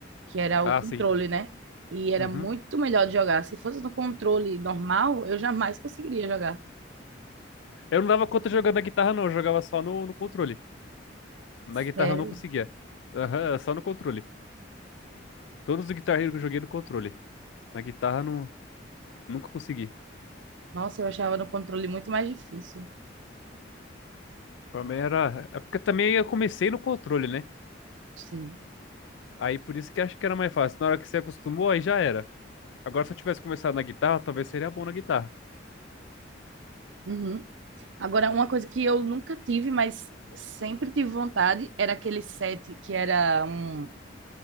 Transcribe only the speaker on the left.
Ah,
sim.
Uhum.
Eu não dava conta jogando na guitarra, não. Eu jogava só no, no controle. Na guitarra
eu não conseguia. Aham, só no controle. Todos os Guitar Hero que eu joguei no controle. Na guitarra não, nunca consegui.
Pra mim era. É porque também eu comecei no controle, né?
Aí por isso que acho que era mais fácil. Na hora que você acostumou, aí já era. Agora se eu tivesse começado na guitarra, talvez seria bom na guitarra.